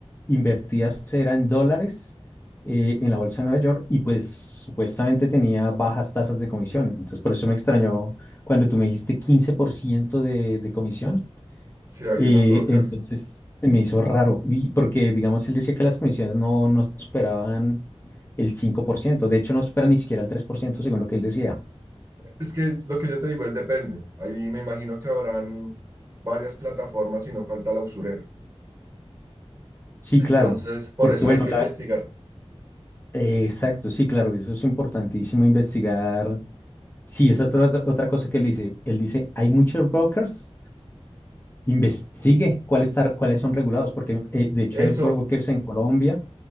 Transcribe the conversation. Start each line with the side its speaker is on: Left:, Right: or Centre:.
Left: invertías era en dólares eh, en la bolsa de Nueva York y pues supuestamente tenía bajas tasas de comisión. Entonces por eso me extrañó cuando tú me dijiste 15% de, de comisión.
Right: sí, hay
Left: Eh,
Right: unos brokers.
Left: entonces se me hizo raro, y porque digamos él decía que las comisiones no, no superaban el cinco por ciento De hecho, no supera ni siquiera el 3% según lo que él decía.
Right: Es que lo que yo te digo es depende. Ahí me imagino que habrán varias plataformas y no falta la usurera.
Left: Sí,
Right: Entonces,
Left: claro.
Right: por
Left: Porque
Right: eso
Left: bueno,
Right: hay que
Left: la...
Right: investigar.
Left: eh, exacto, sí, claro, eso es importantísimo investigar. Sí, esa es otra, otra otra cosa que él dice. Él dice, hay muchos brokers, investigue cuáles, tar- cuáles son regulados, porque eh, de hecho
Right: Eso,
Left: hay brokers en Colombia,